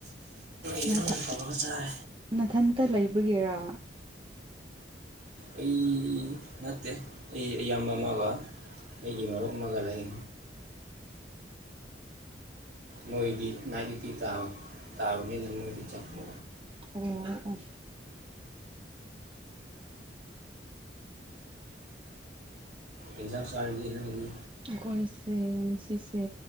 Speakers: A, on the right; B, on the right.
A: ꯌꯦꯔꯨꯝ
B: ꯑꯣꯊ
A: ꯇꯧꯔꯒ ꯆꯥꯏ
B: ꯃꯊꯟꯇ ꯂꯩꯕ ꯂꯕꯒꯦꯔ
A: ꯑꯩ ꯅꯠꯇꯦ ꯑꯩ ꯏꯌꯥꯝꯕ ꯑꯃꯒ ꯑꯩꯒꯤ ꯃꯔꯨꯞ ꯑꯃꯒ ꯂꯩ ꯃꯣꯏꯒꯤ ꯃꯥꯒꯤꯤ ꯇꯥꯎ ꯇꯥꯥꯎꯅꯤ ꯃꯣꯏ ꯆꯄ
B: ꯑꯣ ꯑꯣ
A: ꯑꯦꯛꯖꯥꯝꯁꯥꯔꯗꯤ ꯍꯥꯏꯗꯤ
B: ꯑꯩꯈꯣꯏꯁꯦ ꯉꯁꯤꯁꯦ